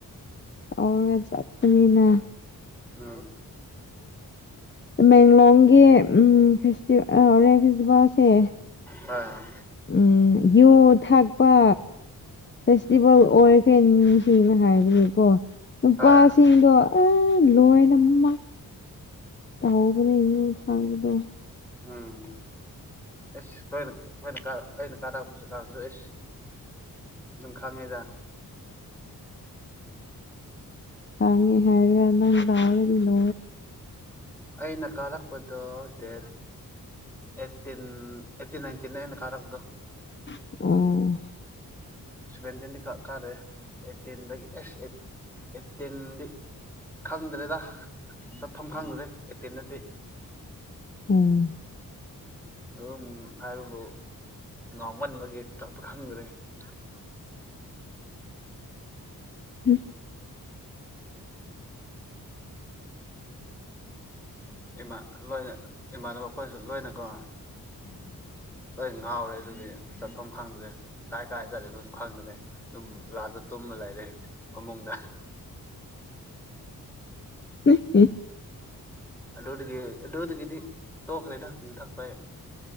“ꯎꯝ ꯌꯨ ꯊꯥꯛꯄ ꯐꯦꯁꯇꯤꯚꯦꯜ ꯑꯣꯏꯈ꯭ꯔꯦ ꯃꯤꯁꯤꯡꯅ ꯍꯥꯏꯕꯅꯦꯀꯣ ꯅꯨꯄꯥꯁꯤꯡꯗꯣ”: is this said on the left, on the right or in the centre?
Left